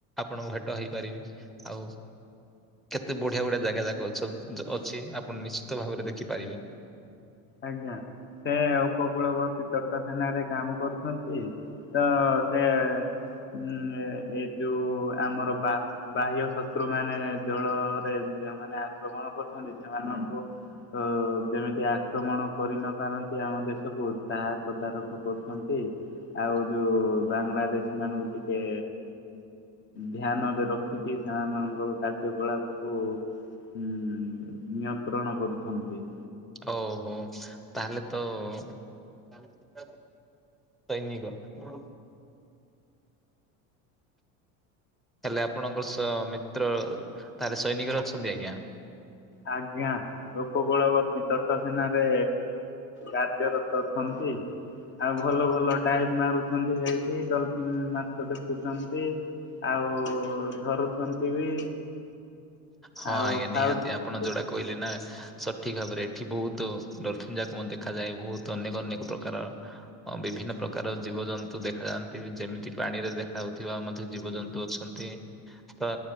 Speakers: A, in the centre; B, on the left.
A: ଆପଣଙ୍କ ଭେଟ ହେଇପାରିବି। ଆଉ। କେତେ ବଢିଆ, ବଢିଆ ଜାଗା ଯାକ ଅଛ ଅଛି ଆପଣ ନିଶ୍ଚିତ ଭାବରେ ଦେଖିପାରିବେ।
B: ଆଜ୍ଞା ସେ ଉପକୂଳବର୍ତ୍ତୀ ତଟ। ଥାନାରେ କାମ କରୁଛନ୍ତି ତ ସେ ଉଁ। ଏ ଏଇ ଯୋଉ ଆମର ବା। ବାହ୍ୟ ଶତ୍ରୁ ମାନେ ଜଳରେ ଯୋଉମାନେ ଆକ୍ରମଣ କରୁଛନ୍ତି ସେମାନଙ୍କୁ। ତୋ ଯେମିତି ଆକ। ଆକ୍ରମଣ କରିନପାରନ୍ତି ଆମ ଦେଶକୁ ତାହା ତଦାରଖ କରୁଛନ୍ତି। ଆଉ ଯୋଉ ବାଙ୍ଗାଲା ଦେଶୀ ମାନଙ୍କୁ ଟିକେ। ଧ୍ୟାନରେ ରଖିକି ସେମାନଙ୍କର କାର୍ଯ୍ୟକଳାପକୁ। ହୁଁ ନିୟନ୍ତ୍ରଣ କରୁଛନ୍ତି।
A: ଓହୋ ତାହେଲେ ତ। ତାହେଲେ ଶୀତରେ ସୈନିକ ଉଁ। ହେଲେ ଆପଣଙ୍କର ସ ମିତ୍ର ତାହେଲେ ସୈନିକରେ ଅଛନ୍ତି ଆଜ୍ଞା।
B: ଆଜ୍ଞା। ଉପକୂଳବର୍ତ୍ତୀ ତଟ ସେନାରେ କାର୍ଯ୍ୟରତ ଅଛନ୍ତି। ଆଉ ଭଲ, ଭଲ ଡାଇଭି ମାରୁଛନ୍ତି ସେଇଠି ଡଲଫିନ୍ ମାଛ ଦେଖୁଛନ୍ତି। ଆଉ ଧରୁଛନ୍ତି ବି।
A: ହଁ
B: ଆଉ
A: ଆଜ୍ଞା
B: ଖାଉଛନ୍ତି
A: ନିହାତି ଆପଣ ଯୋଉଟା। କହିଲେ ନା ସଠିକ ଭାବରେ ଏଠି ବହୁତୁ ଡଲଫିନି ଯାକ ଦେଖାଯାଏ ବହୁତୁ ଅନେକ, ଅନେକ ପ୍ରକାର। ଅ ବିଭିନ୍ନ ପ୍ରକାର ଜୀବଜନ୍ତୁ ଦେଖା ଯାଆନ୍ତି ବି ଯେମିତି ପାଣିରେ ଦେଖାଯାଉଥିବା ମଧ୍ୟ ଜୀବଜନ୍ତୁ ଅଛ। ଛନ୍ତି ତ‌।